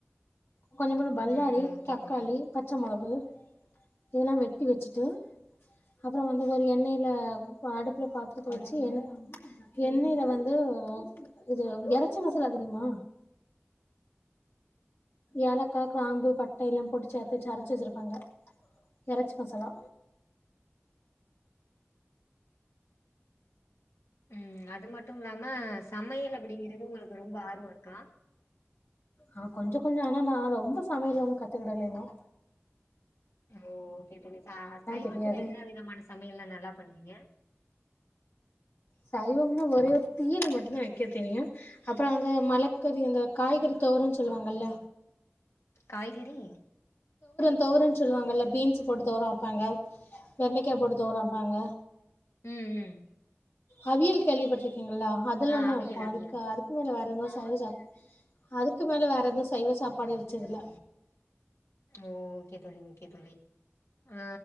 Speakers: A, on the left; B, on the left.
A: கொஞ்சோ பல்லாரி
B: ம் ஓகே
A: தக்காளி
B: தோழி
A: பச்ச மொளவு இதெல்லா வெட்டி வெச்சுட்டு அப்புறோ வந்து ஒரு எண்ணெய்ல அடுப்புல பாத் தரத்த வெச்சு எண் எண்ணெய்ல வந்து இது எறச்சி மசாலா தெரியுமா ஏலக்கா க்ராம்பு பட்டையில்லா பொடிச்சி <unintelligible> அரச்சு வெச்சுருக் வாங்க எறச்சி மசாலா
B: ம் அது மட்டு இல்லாம அ சமையல் அப்பிடிங்கறது உங்குளுக்கு ரொம்ப ஆர்வோ இருக்கா
A: ஆ கொஞ்சோ கொஞ்சோ ஆனா நா ரொம்ப சமையல் ஒன்னு கத்துக்கெடலங்க
B: ஓகே இப்ப நீ ச சைவத்துல
A: தெரியாது
B: என்ன விதமான சமையல்லா நல்லா பண்ணுவீங்க
A: சைவம்னா ஒரே தியரி மட்டுந்தா வெக்கத் தெரியு அப்பறோ வந்து மலக்கறி அந்த காய்கறி தோருன் சொல்லுவாங்கல்ல
B: காய்கறி
A: தொவரன் சொல்லுவாங்கல்ல பீன்ஸு போட்டு தொவரொ வெப்பாங்க வெண்டெக்காப் போட்டு தொவரொ வெப்பாங்க
B: ம் ம்
A: அவியல் கேள்விப்பட்ருக் கிங்ளா அதுல்லா
B: ஆ
A: தா
B: அவியல்
A: வெப்போ
B: அவியல்
A: அதுக்கு அதுக்கு மேல வ <unintelligible> அதுக்கு மேல வேற எந்த சைவ சாப்பாடு வெச்சதில்ல
B: ஓகே தோழி ஓகே தோழி ஆ